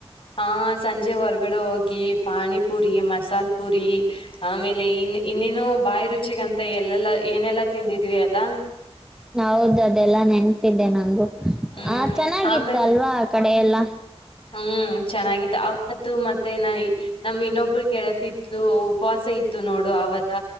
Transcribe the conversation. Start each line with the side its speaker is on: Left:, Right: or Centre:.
Left: ಹಾ ಸಂಜೆ ಹೊರ್ಗಡೆ ಹೋಗಿ ಪಾನಿಪುರಿ ಮಸಾಲ ಪುರಿ ಆಮೇಲೆ ಇನ್ ಇನ್ನೇನುೋ ಬಾಯಿ ರುಚಿಗಂತ ಎಲ್ಲೆಲ್ಲಾ ಏನೆಲ್ಲಾ ತಿಂದಿದ್ವಿ ಅಲ್ಲಾ
Centre: ಹೌದ ಅದೆಲ್ಲ ನೆನ್ಪಿದ್ದೆ ನಂಗು
Left: ಹ್ಮ್
Centre: ಆ ಚೆನ್ನಾಗಿತ್ತು
Left: ಆಮೇ
Centre: ಅಲ್ವಾ ಆ ಕಡೆ ಎೆಲ್ಲಾ
Left: ಹ್ಮ್ ಚೆನ್ನಾಗಿತ್ತು ಅವತ್ತು ಮತ್ತೆ ನ ನಮ್ ಇನ್ನೊಬ್ಬರು ಗೆಳತಿ ಉಪವಾಸ ಇತ್ತು ನೋಡು ಅವತ್ತ